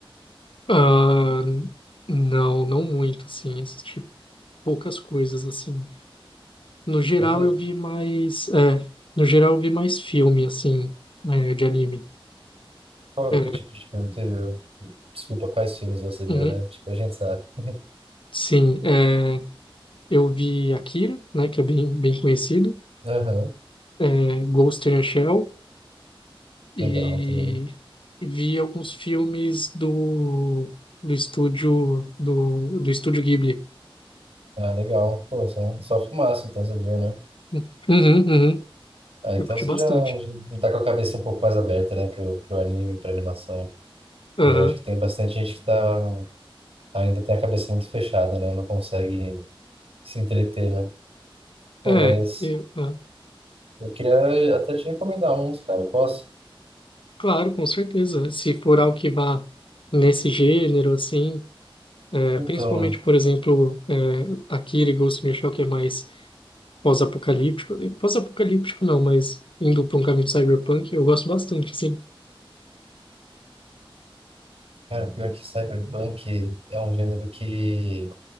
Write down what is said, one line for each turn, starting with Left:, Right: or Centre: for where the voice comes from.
Left: Ah, não, não muito, assim. Assisti poucas coisas, assim. No geral
Right: É mesmo?
Left: eu vi mais. É, no geral eu vi mais filme, assim, é, de anime.
Right: Qual,
Left: É,
Right: que tipo de filme você viu? Desculpa, quais filmes você viu,
Left: uhum.
Right: né? Tipo, a gente sabe. <laughs>
Left: Sim, é, eu vi Akira, né, que é bem, bem conhecido.
Right: Aham,
Left: É, Ghost in the Shell. e
Right: legal também.
Left: vi alguns filmes do, do estúdio do, do estúdio Ghibli.
Right: Ah, legal. Pô, só, só fumaça, então você viu, né?
Left: Hum, Uhum, uhum.
Right: Ah, então
Left: Eu curti
Right: você
Left: bastante.
Right: já, já tá com a cabeça um pouco mais aberta, né, pro, pro anime, pra animação. Porque
Left: Aham.
Right: acho que tem bastante gente que tá, ainda tem a cabeça muito fechada, né? Não consegue se entreter, né? Pô,
Left: É,
Right: mas
Left: eu, ah,
Right: eu queria até te recomendar uns, cara. Posso?
Left: claro, com certeza. Se for algo que vá nesse gênero, assim, é,
Right: Então,
Left: principalmente, por exemplo, é, Akira e Ghost in the Shell, que é mais pós-apocalíptico. Pós-apocalíptico não, mas indo para um caminho cyberpunk, eu gosto bastante, sim.
Right: cara, pior que Cyberpunk é um gênero que